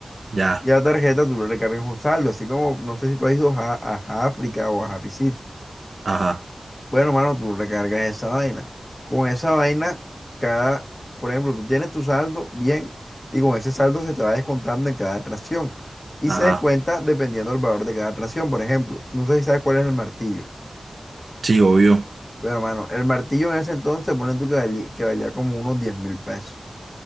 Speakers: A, on the right; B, on the left.
A: Ya.
B: Y a la tarjeta tú le recargas un saldo, así como, no sé si tú has ido a, a África o a Happy City.
A: Ajá,
B: Bueno, mano, tú recargas esa vaina. Con esa vaina, cada, por ejemplo, tú tienes tu saldo bien y con ese saldo se te va descontando en cada atracción. Y
A: ajá.
B: se descuenta dependiendo del valor de cada atracción. Por ejemplo, no sé si sabes cuál es el martillo.
A: Sí, obvio.
B: Pero, mano, el martillo en ese entonces, ponen tú que valía, que valía como unos diez mil pesos.